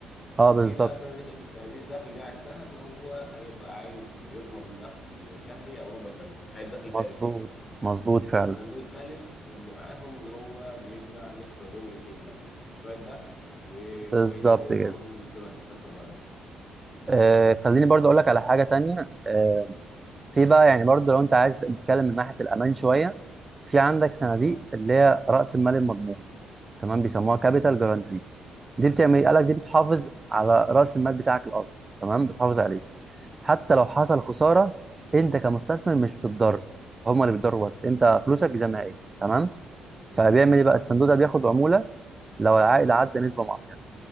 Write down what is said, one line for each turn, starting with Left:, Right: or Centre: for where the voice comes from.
Right: اه
Left: وفي
Right: بالظبط
Left: بقى صناديق صناديق الدخل دي عكسها ان هو هيبقى عايز يضمن دخل شهري او ربع سنه عايز دخل ثابت
Right: مظبوط
Left: يعني
Right: مظبوط
Left: والصندوق
Right: فعلا
Left: الثالث اللي معاهم اللي هو بيجمع ميكس ما بين الاثنين بقى شويه دخل وشويه
Right: بالظبط
Left: نمو
Right: كده
Left: برضه ويسيبها تستثمر مع نفسها
Right: آه
Left: طيب
Right: خليني
Left: تمام
Right: برضو
Left: حلو
Right: اقول لك على
Left: قوي
Right: حاجه تانية آه في بقى يعني برضو لو انت عايز نتكلم من ناحيه الامان شويه في عندك صناديق
Left: اه
Right: اللي هي راس المال المضمون تمام بيسموها كابيتال جارانتي دي بتعمل ايه؟ قال لك
Left: امم
Right: دي بتحافظ على راس المال بتاعك الاصلي تمام بتحافظ عليه حتى لو حصل خساره انت كمستثمر مش بتتضرر هما اللي بيتضروا بس انت فلوسك دي زي تمام
Left: امم
Right: فبيعمل ايه بقى الصندوق ده بياخد عموله لو العائد عدى نسبه معينه